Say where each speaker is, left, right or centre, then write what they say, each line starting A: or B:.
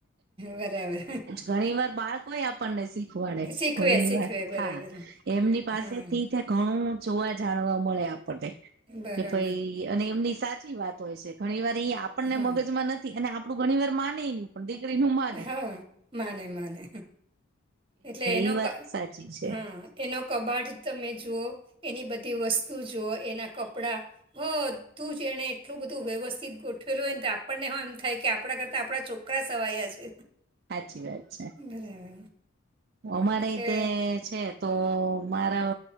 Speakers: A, on the right; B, on the right.
A: બરાબર
B: ઘણી વાર બાળકો ય આપણને શીખવાડે
A: શીખવે
B: ઘણી
A: શીખવે
B: વાર
A: બરાબર
B: હા એમની પાસેથી
A: હા
B: ઘણું જોવા જાણવા મળે આપણને
A: બરાબર
B: કે ભાઈ અને એમની સાચી વાત હોય છે. ઘણી વાર એ આપણને
A: હા
B: મગજમાં નથી અને આપણું ઘણી વાર માને ની દીકરીનું માને
A: હા, માને માને એટલે એનો
B: એ વાત
A: ક
B: સાચી છે
A: હ એનો કબાટ તમે જુઓ, એની બધી વસ્તુ જુઓ, એના કપડાં બધું જ એણે એટલું બધું વ્યવસ્થિત ગોઠવેલું હોય. આપણને હ એમ થાય કે આપણા કરતા આપણા ચો છોકરાં સવાયા છે.
B: સાચી વાત છે.
A: બરાબર
B: અમારે
A: એટલે
B: તે છે, તો મારા